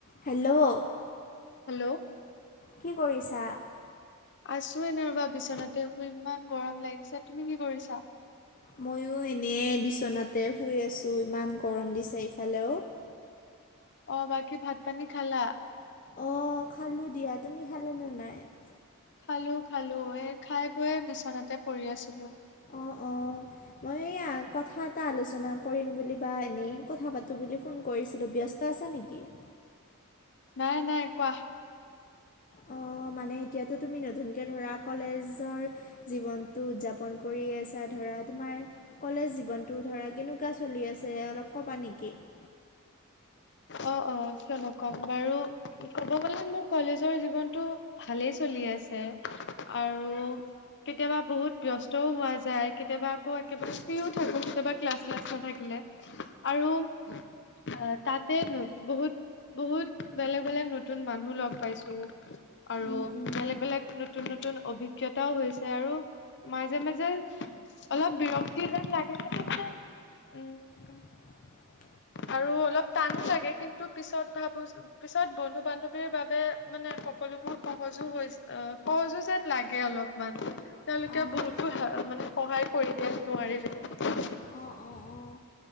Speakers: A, on the left (about 40°); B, on the left (about 55°).
A: Hello! <inaudible>
B: Hello! <inaudible>
A: কি কৰিছা? <unintelligible>
B: আছোঁ এনেই ৰবা বিচনাতে শুই ইমান গৰম লাগিছে। তুমি কি কৰিছা? <unintelligible>
A: ময়ো এনেই বিচনাতে শুই আছোঁ, ইমান গৰম দিছে এইফালেও। <unintelligible>
B: অঁ! বাকী ভাত, পানী খালা? <unintelligible>
A: অঁ! খালোঁ দিয়া। তুমি খালা নে নাই? <unintelligible>
B: খালোঁ-খালোঁ, এই খাই বৈয়ে বিচনাতে পৰি আছিলোঁ। <unintelligible>
A: অঁ-অঁ! মই এই <unintelligible> <unintelligible> কথা এটা আলোচনা কৰিম বুলি বা এনেই কথা পাতো বুলি ফোন কৰিছিলোঁ ব্যস্ত আছা নেকি? <inaudible>
B: নাই-নাই, কোৱা? <inaudible>
A: অ' মানে এতিয়াটো তুমি নতুনকে ধৰা কলেজৰ জীৱনটো উদযাপন <inaudible> কৰি আছা ধৰা তোমাৰ <unintelligible> কলেজ জীৱনটো ধৰা কেনেকুৱা চলি আছে অলপ কবা নেকি? <unintelligible>
B: অঁ-অঁ! কিয় নকম বাৰু, ক'ব গ'লে মোৰ কলেজৰ জীৱনটো <unintelligible> ভালেই চলি আছে। আৰু <unintelligible> কেতিয়াবা বহুত ব্যস্তও হোৱা যায়, কেতিয়াবা আকৌ একেবাৰে ফ্ৰীও থাকো কেতিয়াবা ক্লাছ শ্লাছ নাথাকিলে। আৰু আহ তাতে বহুত বহুত বেলেগ বেলেগ নতুন মানুহ লগ পাইছো। আৰু
A: উম উম
B: বেলেগ বেলেগ নতুন নতুন অভিজ্ঞতাও হৈছে আৰু মাজে মাজে অলপ বিৰক্তি যেন লাগে কিন্তু মানে উম
A: <inaudible>
B: আৰু অলপ টানো লাগে কিন্তু পিছত ভাবো পিছত বন্ধু বান্ধৱীৰ বাবে মানে সকলোবোৰ সহজো হৈ অ' সহজো যেন লাগে অলপ। মান তেওঁলোকে
A: অ'
B: বহুতো মানে সহায় কৰি দিয়ে নোৱাৰিলেও।
A: অঁ অঁ অঁ।